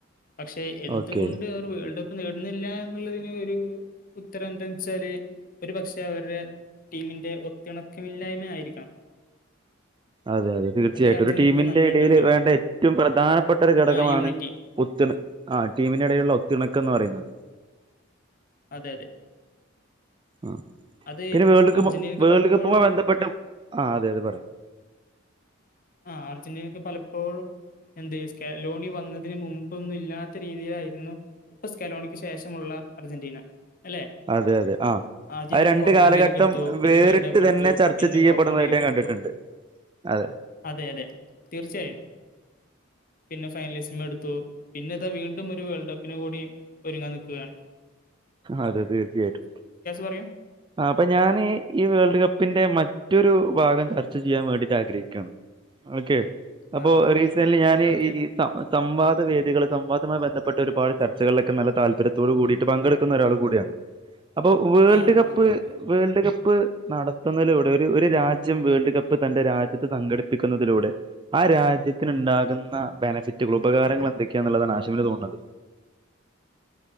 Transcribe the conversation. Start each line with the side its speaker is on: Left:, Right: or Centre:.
Left: പക്ഷെ എന്തുകൊണ്ട്
Right: ഓക്കെ
Left: അവര് വേൾഡ്- കപ്പ് നേടുന്നില്ല എന്നുള്ളതിന് ഒരു ഉത്തരം എന്താ വെച്ചാല് ഒരു പക്ഷെ അവരടെ- ടീമിന്റെ ഒത്തിണക്കമില്ലായ്മ ആയിരിക്കാം
Right: അതെ അതെ തീർച്ചയായിട്ടും
Left: അത് അർജന്റീനക്ക്
Right: ഒരു ടീമിന്റെ
Left: നന്നായിട്ടുണ്ട്
Right: ഇടയിൽ വേണ്ട ഏറ്റവും പ്രധാനപ്പെട്ട ഒരു ഘടകമാണ്
Left: ആ യൂണിറ്റി
Right: ഒത്തിണ ആഹ് ടീമിനിടയില്ള്ള ഒത്തിണക്കന്ന് പറയുന്നത്.
Left: അതെ അതെ
Right: ആഹ്
Left: അത്
Right: പിന്നെ വേൾഡ് കപ്പ്
Left: അർജന്റീനക്ക്
Right: വേൾഡ്
Left: പലപ്പോഴും
Right: കപ്പുമായി ബന്ധപ്പെട്ട് ആഹ് അതെ അതെ പറയിം
Left: ആഹ് അർജന്റീനക്ക് പലപ്പോഴും എന്ത് സ്കലോണി വന്നതിന് മുമ്പൊന്നും ഇല്ലാത്ത രീതിയിലായിരുന്നു ഇപ്പൊ സ്കലോണിക്ക് ശേഷമുള്ള അർജന്റീന അല്ലെ
Right: അതെ അതെ ആഹ്
Left: ആദ്യം
Right: ആഹ് രണ്ട്
Left: കോപ്പ
Right: കാലഘട്ടം
Left: അമേരിക്ക എടുത്തു പിന്നെ
Right: വേറ്ട്ട്
Left: വേൾഡ് കപ്പ് എടുത്തു
Right: തന്നെ ചർച്ച
Left: പിന്നെ
Right: ചെയ്യപ്പെടുന്നതായിട്ട്
Left: കോപ്പ അമേരിക്ക
Right: ഞാൻ
Left: എടുത്തു
Right: കണ്ട്ട്ട്ണ്ട് അതെ
Left: അതെ അതെ തീർച്ചയായും പിന്നെ ഫൈനലിസ്റ്റം എടുത്തു പിന്നെ ഇതാ വീണ്ടും ഒരു വേൾഡ് കപ്പിന് കൂടി ഒരുങ്ങാനിക്കുകയാണ്
Right: അതെ തീർച്ചയായിട്ടും
Left: പറയൂ
Right: ആഹ് അപ്പൊ ഞാൻ ഈ വേൾഡ് കപ്പിന്റെ മറ്റൊരു ഭാഗം ചർച്ച ചെയ്യാൻ വേണ്ടീട്ട് ആഗ്രഹിക്കയാണ് ഓക്കേ അപ്പോ
Left: ആഹ് ആഹ്
Right: റീസെന്റ്ലി ഞാന്
Left: ഓക്കെ ഓക്കെ
Right: ഈ സംവാദ വേദികൾ സംവാദമായി ബന്ധപ്പെട്ട് ഒരുപട് ചർച്ചളൊക്കെ നല്ല താല്പര്യത്തോട് കൂടിട്ട് പങ്കെട് ക്ക്ന്നൊരാള് കൂടിയാണ് അപ്പോ വേൾഡ്
Left: ആഹ്
Right: കപ്പ്
Left: ആഹ് ആഹ്
Right: വേൾഡ് കപ്പ് നടത്തുന്നതിലൂടെ ഒര് ഒരു രാജ്യം വേൾഡ് കപ്പ് തന്റെ രാജ്യത്ത് സംഘടിപ്പിക്കുന്നതിലൂടെ ആഹ് രാജ്യത്തിന്ണ്ടാക്ന്ന ബെനഫിറ്റുകൾ ഉപകാരങ്ങൾ എന്തൊക്കേന്ന്ള്ളതാണ് ആശിമിന് തോണത്?